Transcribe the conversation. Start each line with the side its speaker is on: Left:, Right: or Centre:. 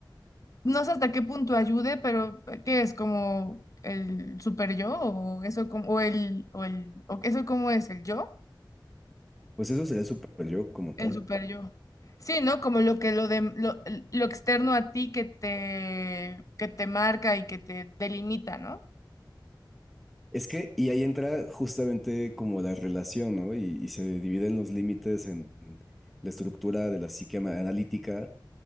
Left: no sé hasta qué punto ayude, pero eh, ¿qué es como el super yo o eso como, o el, o el, o eso cómo es el yo,
Centre: Pues eso sería el super yo como
Left: el
Centre: tal.
Left: super yo? Sí, ¿no? Como lo que lo de lo, lo externo a ti que te, que te marca y que te delimita, ¿no?
Centre: Es que, y ahí entra justamente como la relación, ¿no? Y, y se dividen los límites en la estructura de la psique ana- analítica,